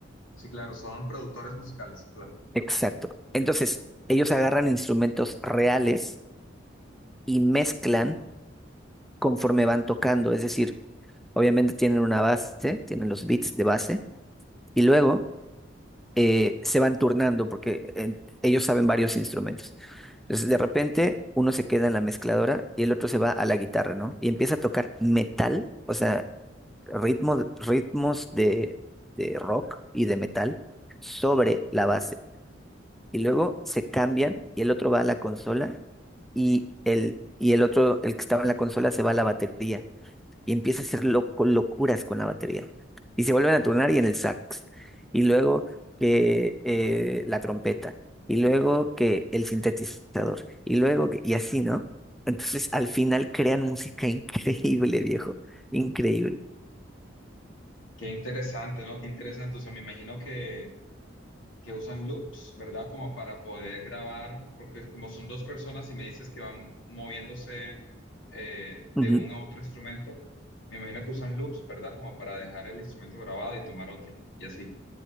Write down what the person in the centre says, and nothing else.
exacto. Entonces, ellos agarran instrumentos reales y mezclan conforme van tocando, es decir, obviamente tienen una base, tienen los beats de base. Y luego eh, se van turnando porque eh, ellos saben varios instrumentos. Entonces, de repente, uno se queda en la mezcladora y el otro se va a la guitarra, ¿no? Y empieza a tocar metal, o sea, ritmo, ritmos de, de rock y de metal sobre la base. Y luego se cambian y el otro va a la consola y el, y el otro, el que estaba en la consola, se va a la batería y empieza a hacer loco- locuras con la batería. Y se vuelven a turnar y en el sax. Y luego que eh, la trompeta. Y luego que el sintetizador. Y luego que, y así, ¿no? Entonces al final crean música <laughs> increíble, viejo. Increíble.
Ujú.